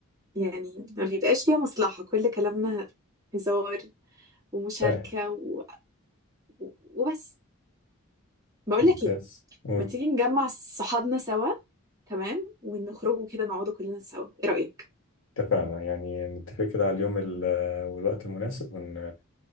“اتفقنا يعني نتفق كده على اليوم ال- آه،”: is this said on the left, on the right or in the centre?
Left